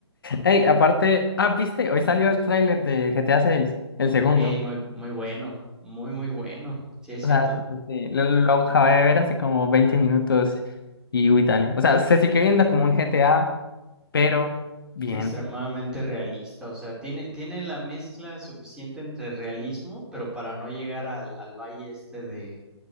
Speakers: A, on the left (about 50°); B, in the centre.
A: Ey, aparte, ah, viste, hoy salió el tráiler de GTA 6, el segundo.
B: Ey, muy, muy bueno, muy, muy bueno. Sí, es cierto.
A: O sea, como que lo, lo acabé de ver hace como 20 minutos y uy, dale. O sea, se sigue viendo como un GTA, pero bien.
B: Extremadamente realista, o sea, tiene, tiene la mezcla suficiente entre realismo, pero para no llegar al, al valle este de,